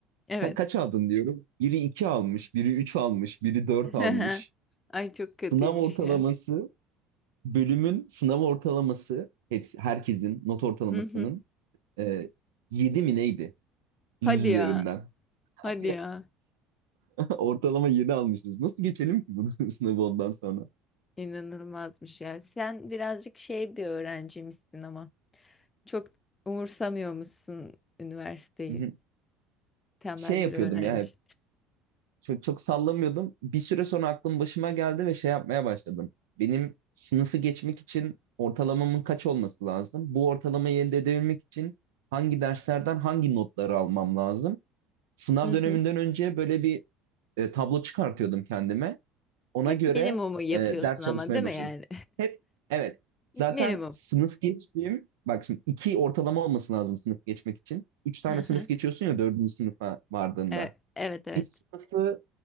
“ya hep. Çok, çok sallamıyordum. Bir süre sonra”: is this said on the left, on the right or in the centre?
Right